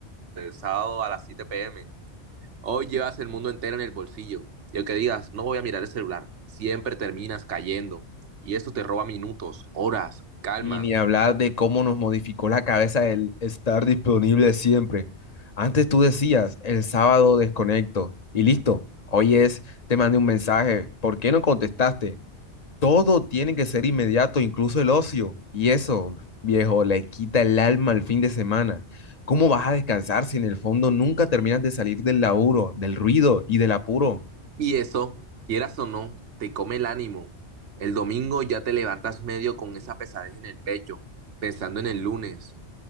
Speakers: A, on the right; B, on the left.
A: el sábado a las 7 pm. Hoy llevas el mundo entero en el bolsillo. Y aunque digas, no voy a mirar el celular, siempre terminas cayendo. Y eso te roba minutos, horas, calma.
B: Y ni hablar de cómo nos modificó la cabeza el estar disponible siempre. Antes tú decías, el sábado desconecto y listo. Hoy es, te mandé un mensaje, ¿por qué no contestaste? Todo tiene que ser inmediato, incluso el ocio. Y eso, viejo, le quita el alma al fin de semana. ¿Cómo vas a descansar si en el fondo nunca terminas de salir del laburo, del ruido y del apuro?
A: Y eso, quieras o no, te come el ánimo. El domingo ya te levantas medio con esa pesadez en el pecho, pensando en el lunes.